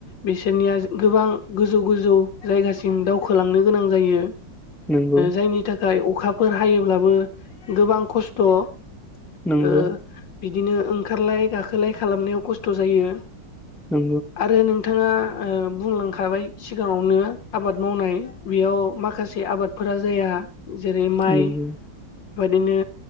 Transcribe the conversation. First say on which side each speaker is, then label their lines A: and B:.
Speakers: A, on the left; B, in the centre.
A: बिसोरनिया गोबां गोजौ गोजौ जायगासिम दावखोलांनो गोनां जायो
B: नंगौ
A: जायनि थाखाय अखाफोर हायोब्लाबो गोबां खस्थ' ओ
B: नंगौ
A: बिदिनो ओंखारलाय गाखोलाय खालामनायाव खस्थ' जायो
B: औ
A: आरो नोंथाङा ओ बुंलांखाबाय सिगाङावनो आबाद मावनाय बेयाव माखासे आबाद फोरा जाया जेरै माइ
B: नंगौ
A: बेबादिनो